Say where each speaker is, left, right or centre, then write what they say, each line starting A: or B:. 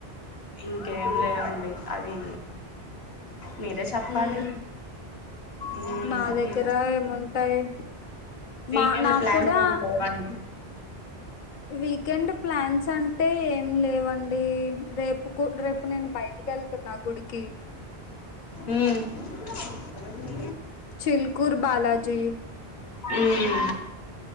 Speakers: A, on the left; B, on the left.
A: ఇంకేం లేవండి అది మీరే చెప్పాలి
B: ఉమ్
A: ఉమ్
B: మా దగ్గర
A: మీ
B: ఏముంటాయి
A: వీకెండ్
B: మా నాకు
A: ప్లాన్స్
B: కూడా
A: ఏం లేవా అండి
B: వీకెండ్ ప్లాన్స్ అంటే ఏం లేవండి రేపు రేపు నేను బయటికెళ్తున్నా గుడికి
A: ఊమ్
B: చిల్కూర్ బాలాజీ
A: మ్మ్